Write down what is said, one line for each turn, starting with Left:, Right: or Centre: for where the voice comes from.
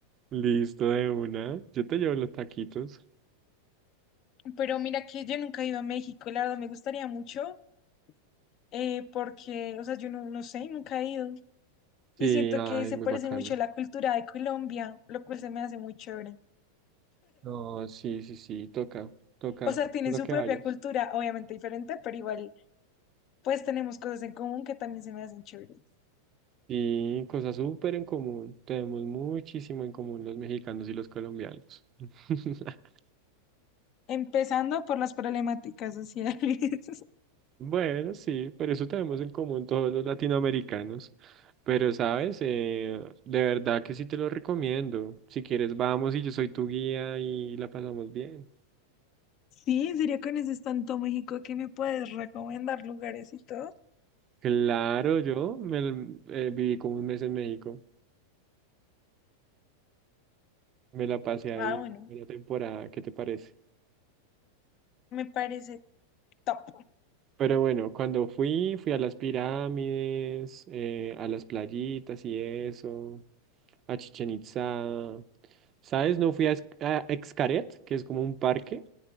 Right: Listo de una. Yo te llevo los taquitos.
Left: Pero mira que yo nunca he ido a México, la verdad me gustaría mucho, eh, porque, o sea, yo no, no sé, nunca he ido. Y
Right: Sí,
Left: siento
Right: ay,
Left: que se
Right: muy
Left: parece
Right: bacano.
Left: mucho a la cultura de Colombia, lo cual se me hace muy chévere.
Right: No, sí, sí, sí, toca, toca,
Left: O sea, tienen
Right: toca
Left: su
Right: que
Left: propia
Right: vayas.
Left: cultura, obviamente diferente, pero igual, pues tenemos cosas en común que también se me hacen chéveres.
Right: Sí, cosas súper en común. Tenemos muchísimo en común los mexicanos y los colombianos. <laughs>
Left: Empezando por las problemáticas sociales. <laughs>
Right: Bueno, sí, pero eso tenemos en común todos los latinoamericanos. Pero, ¿sabes? Eh, de verdad que sí te lo recomiendo. Si quieres, vamos y yo soy tu guía y la pasamos bien.
Left: Sí, ¿en serio conoces tanto México que me puedes recomendar lugares y todo?
Right: Claro, yo me, l- eh, viví como un mes en México. Me la pasé ahí
Left: Ah, bueno,
Right: una temporada. ¿Qué te parece?
Left: me parece top.
Right: Pero bueno, cuando fui, fui a las pirámides, eh, a las playitas y eso, a Chichen Itzá. ¿Sabes? No fui a, Ex- a Xcaret, que es como un parque.